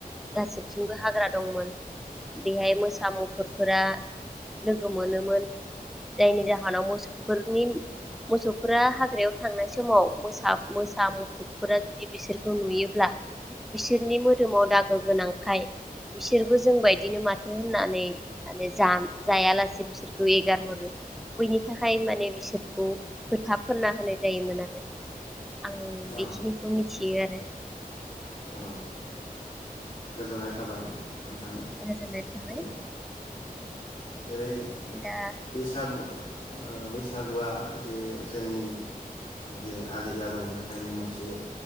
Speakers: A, in the centre; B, on the left.
A: गासैथिंबो हाग्रा दंमोन बेहाय मोसा मुफुरफोरा लोगो मोनोमोन जायनि जाहोनाव मोसफोरनि मोसौफोरा हाग्रायाव थांनाय समाव मोसा मुफुरफोरा जुदि बिसोरखौ नुयोब्ला बिसोरनि मो दोमाव दागो गोनांखाय बिसोरबो जोंबायदिनो माथो होननानै माने जा जायालासे बिसोरखौ एगार हरो बैनि थाखाय माने बिसोरखौ खोथा फोनना होनाय जायोमोन आरो आं बेखिनिखौ
B: औ
A: मि थियो आरो
B: औ गोजोननाय थाबाय नोंथां
A: गोजोननाय थाबाय
B: जे जेरै
A: दा
B: बैसागु ओ‌ बैसागुआ जे जोंनि जे आजै आजौनिफ्रायनो मोनसे